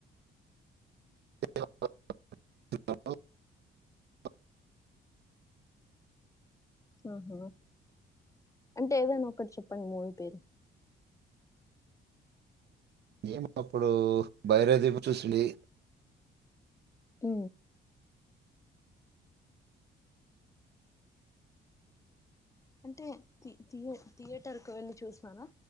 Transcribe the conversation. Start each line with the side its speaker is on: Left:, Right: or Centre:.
Right: <inaudible>
Left: ఆహా అంటే ఏదైనా ఒక్కటి చెప్పండి మూవీ పేరు
Right: ఏమొ అప్పుడు బైరవ దీపు చూసింది
Left: ఉ అంటే థి థియేటర్కి వెళ్ళి చూసినార